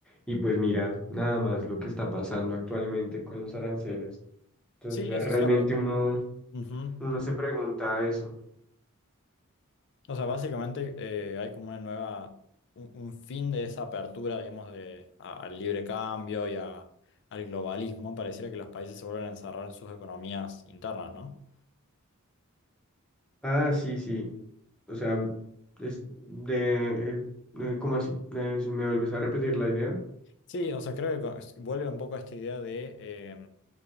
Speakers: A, in the centre; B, on the left (about 55°).
A: Y pues mira, nada más lo que está pasando actualmente con los aranceles. Entonces,
B: Sí,
A: eh,
B: eso
A: realmente
B: es cierto.
A: uno,
B: Ujú.
A: uno se pregunta eso.
B: O sea, básicamente eh, hay como una nueva, un, un fin de esa apertura, digamos, de, a- al libre cambio y a- al globalismo. Pareciera que los países se vuelven a encerrar en sus economías internas, ¿no?
A: Ah, sí, sí. O sea, es de, eh, eh, ¿cómo así? De- ¿me vuelves a repetir la idea?
B: Sí, o sea, creo que co- es- vuelve un poco a esta idea de, eh,